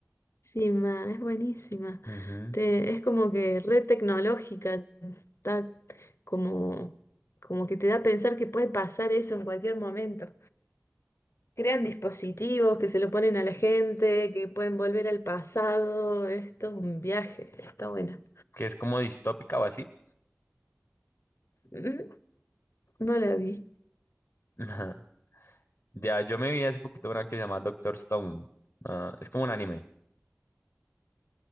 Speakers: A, on the left; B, on the left.
A: Sí, ma, es buenísima.
B: Ujú.
A: Te, es como que red tecnológica, está como, como que te da a pensar que puede pasar eso en cualquier momento. Crean dispositivos que se lo ponen a la gente, que pueden volver al pasado. Esto es un viaje, está buena.
B: Que es como distópica o así.
A: Mm, No la vi.
B: <laughs> Ya, yo me vi hace poquito una que se llama Doctor Stone. Ah, es como un anime.